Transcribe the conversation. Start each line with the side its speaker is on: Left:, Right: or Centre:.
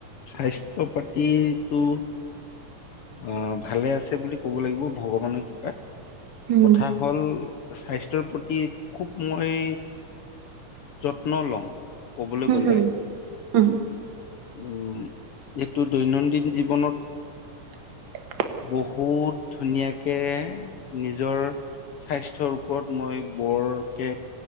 Left: স্বাস্থ্য পাতিটো অ, ভালে আছে বুলি ক'ব লাগিব ভগৱানৰ কৃপাত।
Right: উম
Left: কথা হ'ল স্বাস্থ্যৰ প্ৰতি খুব মই যত্ন লওঁ। কবলৈ
Right: হুম
Left: গলে।
Right: হুম উম
Left: উম, এইটো দৈনন্দিন জীৱনত
Right: <unintelligible>
Left: বহুত ধুনীয়াকে নিজৰ স্বাস্থ্যৰ ওপৰত মই বৰকে